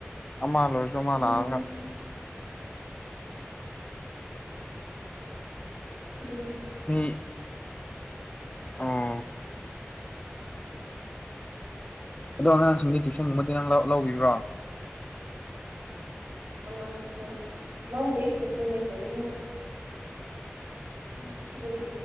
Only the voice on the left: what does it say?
ꯑꯃ ꯂꯣꯏꯔꯁꯨ ꯑꯃ
ꯂꯥꯛꯑꯒ
ꯃꯤ ꯑꯣ ꯑꯗꯣ ꯑꯉꯥꯡꯁꯤꯡꯗꯤ ꯇꯨꯏꯁꯟꯒꯨꯝꯕꯗꯤ ꯅꯪ ꯂꯧꯈꯤꯕ꯭ꯔꯣ
ꯎꯝ